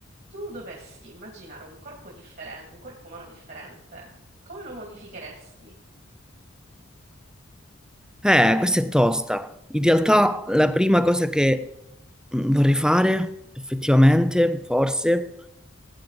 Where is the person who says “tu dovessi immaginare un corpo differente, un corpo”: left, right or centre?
Right